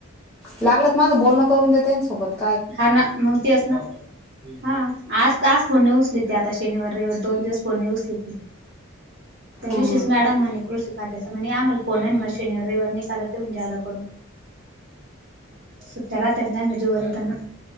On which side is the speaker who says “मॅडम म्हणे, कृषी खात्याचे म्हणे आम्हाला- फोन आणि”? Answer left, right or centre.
Right